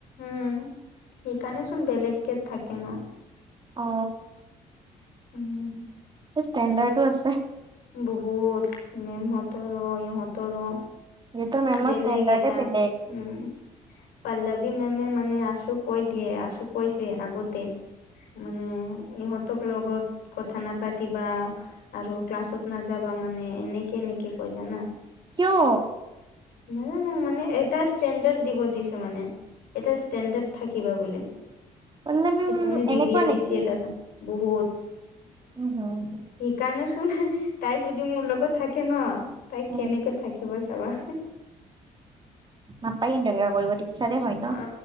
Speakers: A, on the left; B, on the right.
A: উম সেইকাৰণে চুোন বেলেগে থাকে ন
B: অ
A: উম,
B: ষ্টেণ্ডাৰ্ডো আছে
A: বহুত মেনহঁতৰ ইহঁতৰ
B: সিহঁতৰ মেমৰ
A: বেলেিগে
B: ষ্টেণ্ডাৰ্ডে
A: এটা
B: বেলেগ
A: উম পল্লৱী মেমে মানে আছো কৈ দিয়ে আছো কৈছে আগতে মানে ইহঁত লগত কথা নাপাতিবা আৰু ক্লাছত নাযাবা মানে এনেকে এনেকে ক জানা
B: কিয়
A: নাজানো মানে এটা ষ্টেণ্ডাৰ্ড দিব দিছে মানে এটা ষ্টেণ্ডাৰ্ড থাকিবা বুলিোলে
B: অল্লামি
A: কি তুমি বি
B: এনেকুৱা
A: বি এ বি
B: নেকি
A: চি এ ত আ বহুত
B: উম হম
A: শেইিকণে শুনা তাই যদি মোৰ লগত থাকে ন তাই
B: উম
A: কেনেকে থাকিব চাবা
B: নাপায় তেনেকুৱা কৰিব টিপচাৰে হয় ন
A: অ